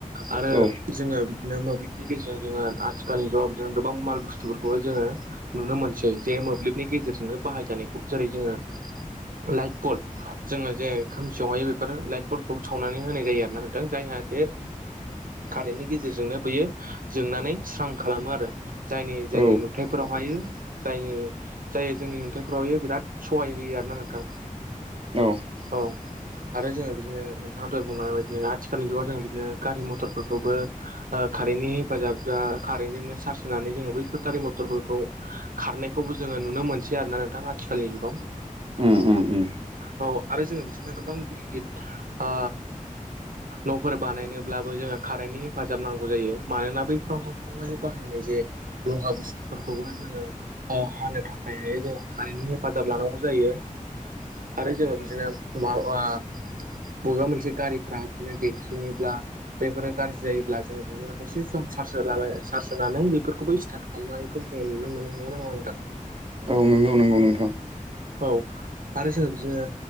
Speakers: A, on the right; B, on the right.
A: आरो
B: औ
A: जोङो बिदिनो मोब्लिबनि गेजेराव जोङो आ खालनि जुगाव बिदिनो गोबां माल बुस्थुफोरखौबो जोङो नुनो मोनसै जे मोब्लिबनि गेजेरजोंनो बाहायजानायखौ जेरै जोङो लाइट बल जोङो जे खोमसियावहाय बेफोर लाइट बलखौ सावनानै होनाय जायो आरोना नदों जायहाथे कारेन्टनि गेजेरजोंनो बियो जोंनानै स्रां खालामो आरो जायनि जोंनि
B: औ
A: नुथाइ फोरावहायो जायनि जाय जोंनि नुथाइफोरावहायो बिराद सहाय होयो आरो ना नोंथां
B: औ
A: औ आरो जोङो बिदिनो नोंथाङा दाय बुंलांनाय बायदिनो आथिखालनि जुगाव जों बिदिनो गारि मथरफोरखौबो कारेन्टनि हेफाजाब जा कारेन्टजोंनो सार्ज होनानै जोङो बैफोर गारि मथरफोरखौ खारनायखौबो जोङो नुनो मोनसै आरो ना नोंथां आथिखालनि जुग
B: उम उम उम
A: औ आरो जोङो बिदिनो गोबां गिदिर गिदिर आ न'फोर बानायनोब्ला बेखौ जोङो कारेन्टनि हेफाजाब नांगौ जायो मानोना बै फोरावहाय बाहायनाय जे लहा बुस्थुफोरखौबो जोङो हानो थाखाय जोंहा कारेन्टनि हेफाजाब लानांगौ जायो आरो जोङो बिदिनो माबा बबेबा मोनसे गारिफोरा बिदिनो बेरफ्रुयोब्ला बैफोरो गाज्रि जायोब्ला जोङो बेयो दसे सम चार्ज होलाबाय चार्ज होनानै बेफोरखौबो स्टार्ट खालामनायखौ जोङो नुनो मोनो नंगौ ना नङा नोंथां
B: औ नंगौ नंगौ नोंथां
A: औ आरो जोङो बिदिनो